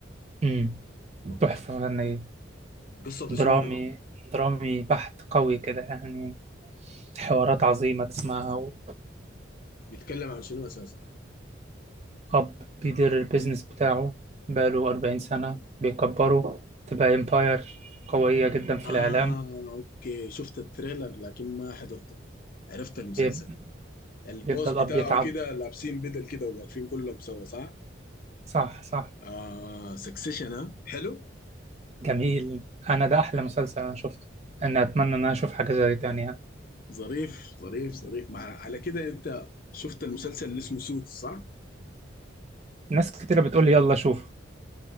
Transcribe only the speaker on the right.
امم
تحفة فنية
درامي
درامي بحت قوي كده يعني حوارات عظيمة تسمعها و...
وأب بيدير البيزنس بتاعه بقاله أربعين سنة بيكبره تبقى إمباير قوية جدا في
الإعلام
بيب...
بيبدأ الأب
يتعب
صح صح
جميل أنا ده أحلى مسلسل أنا شفته أنا أتمنى إن أنا أشوف حاجة زي تانية
ناس كتيرة بتقول لي يلا شوف